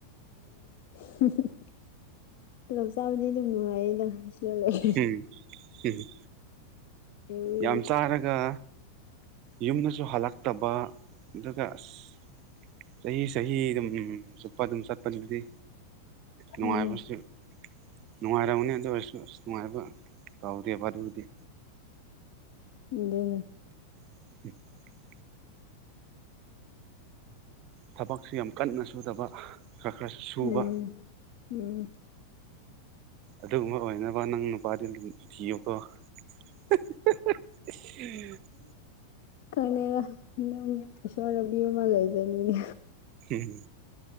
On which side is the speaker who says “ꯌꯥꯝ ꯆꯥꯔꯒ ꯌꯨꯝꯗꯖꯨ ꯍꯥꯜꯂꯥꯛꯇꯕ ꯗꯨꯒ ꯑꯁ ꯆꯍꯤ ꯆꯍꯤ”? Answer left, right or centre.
Right